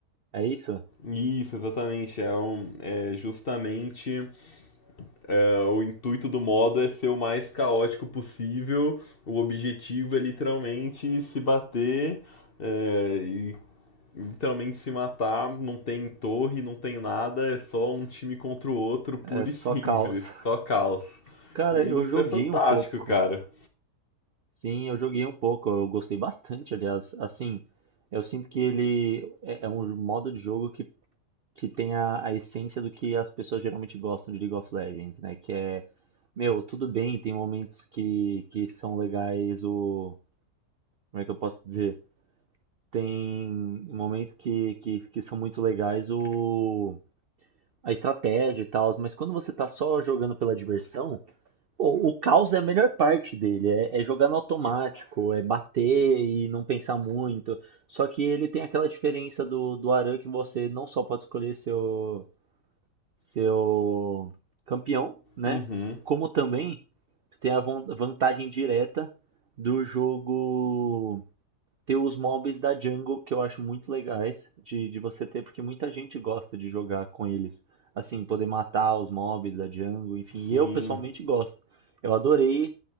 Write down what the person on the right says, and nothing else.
É isso?
É só
caos. <laughs>
Cara,
eu
joguei
um pouco.
Sim, eu joguei um pouco. Eu gostei bastante, aliás. Assim, eu sinto que ele é, é um modo de jogo que, que tem a, a essência do que as pessoas geralmente gostam de League of Legends, né? Que é Meu, tudo bem, tem momentos que, que são legais, o. Como é que eu posso dizer? Tem momentos que, que, que são muito legais o. A estratégia e tal, mas quando você tá só jogando pela diversão, o, o caos é a melhor parte dele. É, é jogar no automático, é bater e não pensar muito. Só que ele tem aquela diferença do, do Aran que você não só pode escolher seu, seu campeão, né?
Como também tem a von- vantagem direta do jogo ter os mobs da jungle, que eu acho muito legais de, de você ter, porque muita gente gosta de jogar com eles. Assim, poder matar os mobs da jungle, enfim,
e eu pessoalmente gosto. Eu adorei